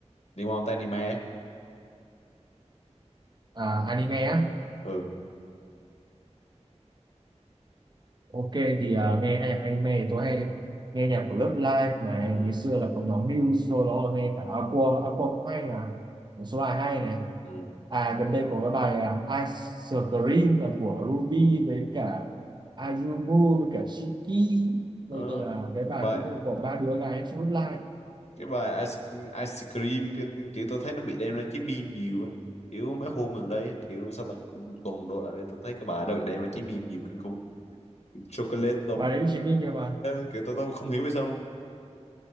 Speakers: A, on the left (about 60°); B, on the right (about 40°).
A: liên quan tới anime
B: à anime á
A: ừ
B: Ok thì à, nghe nhạc anime thì tôi hay nghe nhạc của Love Live này
A: ừ,
B: ngày xưa là có nhóm Muse sau đó nghe cả Aqua Aqua cũng hay à một số bài hay này
A: ừ.
B: à gần đây có cái bài à, Ice Cream là của Ruby với cả Ayumu với cả Shiki
A: Ờ,
B: đây là cái bài
A: cái bài
B: cũng có ba đứa gái trong Love Live
A: cái bài ice, ice cream cái kiểu tôi thấy nó bị đem ra chế meme nhiều á kiểu mấy hôm gần đây á, kiểu sao tầm cũng tuần đổ lại đây tôi thấy cái bài nó bị đem ra chế meme nhiều kinh khủng Kiểu chocolate
B: bài đấy chỉ meme nhưng mà
A: ờ, kiểu tôi, tôi không hiểu vì sao luôn